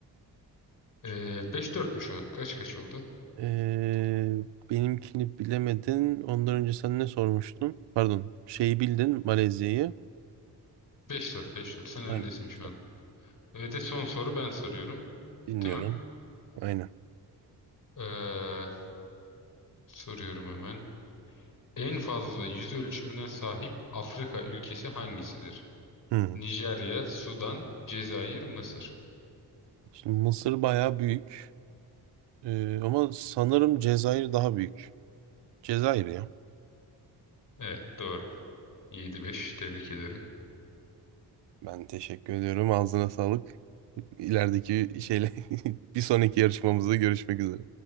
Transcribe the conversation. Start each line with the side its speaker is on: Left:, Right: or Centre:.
Left: Ee, 5-4 mü şu an? Kaç kaç oldu?
Right: Ee, benimkini bilemedin. Ondan önce sen ne sormuştun? Pardon. Şeyi bildin, Malezya'yı.
Left: Beş dört beş dört Sen öndesin
Right: Aynen.
Left: şu an. Evet, e, son soru ben soruyorum.
Right: Dinliyorum.
Left: Değil mi?
Right: Aynen.
Left: Ee, soruyorum hemen. En fazla yüz ölçümüne sahip Afrika ülkesi hangisidir?
Right: Hı.
Left: Nijerya, Sudan, Cezayir, Mısır.
Right: Şimdi Mısır bayağı büyük. Ee, ama sanırım Cezayir daha büyük. Cezayir ya.
Left: Evet, doğru. Yedi beş Tebrik ederim.
Right: Ben teşekkür ediyorum. Ağzına sağlık. İlerideki şeyle <laughs> bir sonraki yarışmamızda görüşmek üzere.